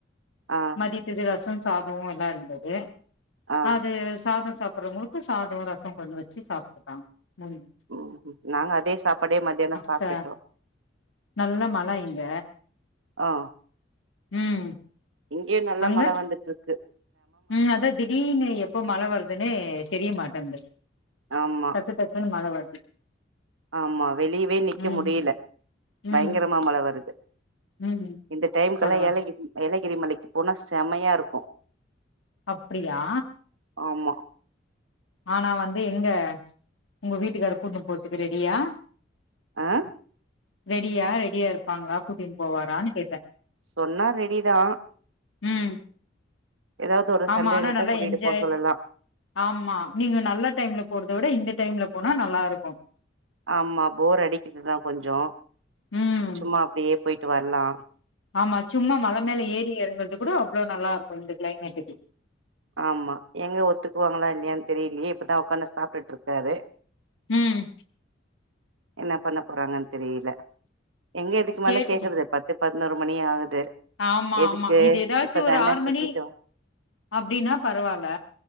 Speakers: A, on the right (about 85°); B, on the left (about 75°).
A: ஆ
B: மதித்தக்கு ரசம் சாதோ எல்லா இருந்தது
A: ஆ
B: அது சாதோ சாப்பிற்றவங்களுக்கு சாதோ ரசோ கொண்டு வச்சி சாப்டுல்லா முடிஞ்
A: ம் ம் நாங்க அதே சாப்பாடே மத்தியானோ சாப்ட்டுட்டோ
B: ச நல்ல மல இங்க
A: ஆ
B: ம்
A: இங்யே நல்ல
B: அங்க
A: மழ வந்துட்ருக்கு
B: ம் அதா திடீர்னு எப்போ மழ வர்துன்னே தெரிய மாட்டன்து
A: ஆம்மா
B: டக்கு டக்குனு மழ வருது
A: ஆமா வெளிய்வே நிக்க
B: ம்
A: முடில
B: ம்
A: பயங்கரமா மழ வருது
B: ம்
A: இந்த டைம்கல்லா
B: பரவா
A: ஏலகி ஏலகிரி மலைக்கு போனா செம்மையா இருக்கு
B: அப்டியா
A: ஆமா
B: ஆனா வந்து எங்க உங்க வீட்டுக்காரு கூட்ணு போற்துக்கு ரெடியா
A: அ
B: ரெடியா ரெடியா இருப்பாங்ளா கூட்டின் போவாரான் கேட்ட
A: சொன்னா ரெடிதா
B: ம்
A: எதாவ்து ஒரு
B: ஆமா
A: சண்டேலதா
B: ஆனா நல்லா
A: கூட்டிட்டு
B: என்ஜாய்
A: போ சொல்லலா
B: ஆமா நீங்கோ நல்ல டைம்ல போறத விட இந்த டைம்ல போனா நல்லாருக்கு
A: ஆம்மா போர் அடிக்கிதுதா கொஞ்சோ
B: ம்
A: சும்மா அப்டியே போய்ட்டு வர்லா
B: ஆமா சும்மா மல மேலே ஏறி எறங்கற்து கூட அவ்ளோ நல்லாருக்கு இந்த க்ளைமேட்டுக்கு
A: ஆம்மா எங்க ஒத்துக்குவாங்ளா இல்லயான் தெரிய்லியே இப்பதா உக்காந்து சாப்ட்டுட்ருக்காரு
B: ம்
A: என்ன பண்ண போறாங்கன் தெரியல எங்க இதுக்குமேலே
B: கேட்டு
A: கேக்கற்து பத்து பதுனோரு மணி ஆகுது
B: ஆமா
A: எதுக்கு
B: ஆமா இது எதாச்சு
A: இப்பதான
B: ஒரு ஆறு
A: சுத்திட்டு
B: மணி
A: வ
B: அப்டினா பரவால்ல